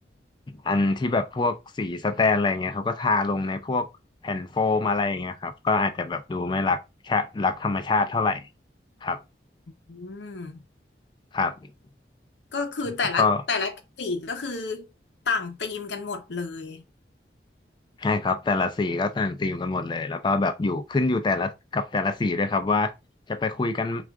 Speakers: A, on the left; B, on the left.
A: อันที่แบบพวกสีสแตนอะไรเงี้ยเขาก็ทาลงในพวกแผ่นโฟมอะไรอย่างเงี้ยครับก็อาจจะแบบดูไม่รักชะรักธรรมชาติเท่าไหร่ครับ
B: อืม
A: ครับ
B: ก็คือแต่ละแต่ละสีก็คือ
A: แล้วก็
B: ต่างธีมกันหมดเลย
A: ใช่ครับแต่ละสีก็ต่างธีมกันหมดเลยแล้วก็แบบอยู่ขึ้นอยู่แต่ละกับแต่ละสีด้วยครับว่าจะไปคุยกัน